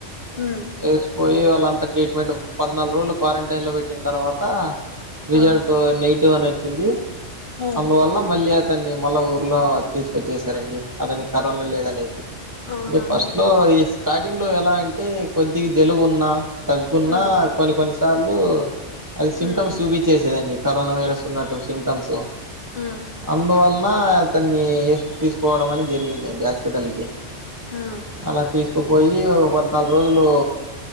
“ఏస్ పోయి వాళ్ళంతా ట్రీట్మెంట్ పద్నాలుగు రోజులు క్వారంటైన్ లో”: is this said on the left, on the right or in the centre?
Right